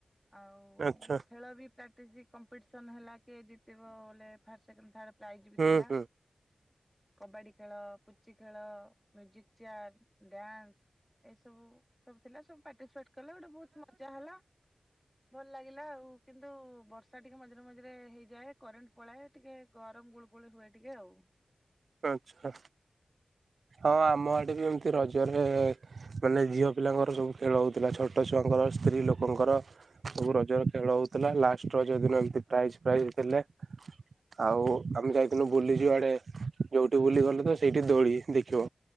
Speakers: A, in the centre; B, on the right.
A: ଆଉ
B: ଆଚ୍ଛା
A: ଖେଳ ବି ପ୍ରାକ୍ଟିସ କମ୍ପିଟିସନ ହେଲା କି ଜିତିବଲେ ଫଷ୍ଟ, ସେକେଣ୍ଡ, ଥାର୍ଡ। ପ୍ରାଇଜ ବିି
B: ହୁଁ
A: ଥିଲା।
B: ହୁଁ
A: କବାଡି ଖେଳ, ପୁଚି ଖେଳ, ମ୍ୟୁଜିକ ଚେୟାର, ଡ୍ୟାନ୍ସ ଏ ସବୁ ସବୁ ଥିଲା ସବୁ ପାର୍ଟିସିପେଟ କଲେ ଗୋଟେ ବହୁତ ମଜା ହେଲା। ଭଲ ଲାଗିଲା ଆଉ କିନ୍ତୁ ବର୍ଷା ଟିକେ ମଝିରେ ମଝିରେ ହେଇଯାଏ, କରେଣ୍ଟ ପଳାଏ, ଟିକେ ଗରମ ଗୋଳୁ ଗୋଳି ହୁଏ ଟିକେ ଆଉ।
B: ଆଚ୍ଛା ଆଉ ଆମ ଆଡ଼େ ବି ଏମିତି ରଜରେ ମାନେ ଝିଅ ପିଲାଙ୍କର ସବୁ ଖେଳ ହଉଥିଲା, ଛୋଟ ଛୁଆଙ୍କର, ସ୍ତ୍ରୀ ଲୋକଙ୍କର ସବୁ ରଜରେ ଖେଳ ହଉଥିଲା, ଲାଷ୍ଟ ଷ୍ଟ ଯଉ ଦିନ ଏମତି ପ୍ରାଇଜ ପ୍ରାଇଜ ଦେଲେ, ଆଉ ଆମେ ଯାଇଥିଲୁ ବୁଲିଯୁ ଆଡ଼େ ଯୋଉଠି ବୁଲି ଗଲେ ତ ସେଇଠି ଦୋଳି ଦେଖିବ,